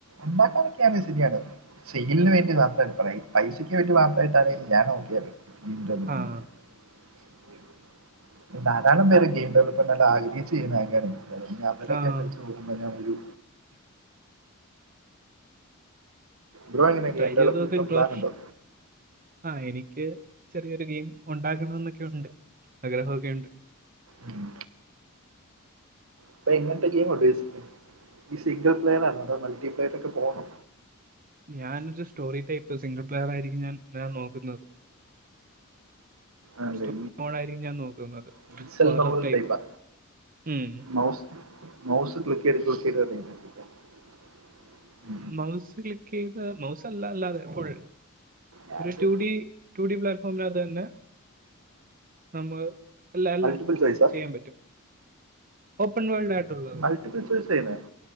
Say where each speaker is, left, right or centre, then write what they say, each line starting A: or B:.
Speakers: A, on the right (about 65°); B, on the right (about 40°).
A: ഉണ്ടാക്കാനൊക്കെ ശരിയാണ് സെയിലിന് വേണ്ടി മാത്രായിട്ട് പറയ് പൈസക്ക് വേണ്ടി മാത്രായിട്ടാണെങ്കി ഞാൻ ഓക്കെ ആണ് <unintelligible>
B: ആഹ്
A: ഉ <inaudible> ധാരാളം പേര് ഗെയിം ഡെലപ്പ്മെന്റ് ആഗഹിച്ച് ചെയ്യുന്ന അവരൊക്കെ
B: ആഹ്
A: വച്ചു നോകുമ്പോ ഞാൻ ഒരു ബ്രോ എങ്ങനെ ഗെയിം
B: ട്രൈചെയ്ത്
A: ഡെവലപ്പ്
B: നോക്ക്
A: ഇപ്പം
B: ബ്രോ
A: പ്ലാൻ ഉണ്ടോ
B: ആഹ് എനിക്ക് ചെറിയൊര് ഗെയിം ഒണ്ടാക്കണം എന്നൊക്കെ ഉണ്ട് ആഗ്രഹം ഒക്കെ ഉണ്ട്
A: ഉം ഇപ്പൊ ഇങ്ങനത്തെ ഗെയിം ഈ സിംഗിൾ പ്ലെയർ ആണോ അതോ മൾട്ടിപ്ലെയർ ഒക്കെ പോകണോ
B: ഞാനൊരു സ്റ്റോറി ടൈപ്പ് സിംഗിൾ പ്ലെയറായിരിക്കും ഞാൻ ഞാൻ നോക്ക്ന്നത്
A: ആണല്ലേ
B: സ്റ്റോറി മോഡായിരിക്കും ഞാൻ നോക്കുന്നത്.
A: <unintelligible>
B: ഹൊറർ ടൈപ്പ്
A: ടൈപ്പാ
B: ഉം
A: മൗസ് മൗസ് ക്ലിക്കെയ്ത് ക്ലിക്കെത് <unintelligible>
B: മൗസ്ക്ലിക്കെയ്ത മൗസല്ല അല്ലാതെ ഫുൾ
A: ഞാനത്
B: ഒര് റ്റൂ ഡി റ്റൂ ഡീ പ്ലാറ്റ്ഫോമിനകത്ത് തന്നെ നമ്മള് എല്ല എല്ലാം
A: മൾട്ടിപ്പിൾ ചോയ്സാ
B: ചെയ്യാൻ പറ്റും ഓപ്പൺ വേൾഡ് വേ
A: മൾട്ടിപ്പിൾ ചോയ്സ് ചെയ്യുന്നത്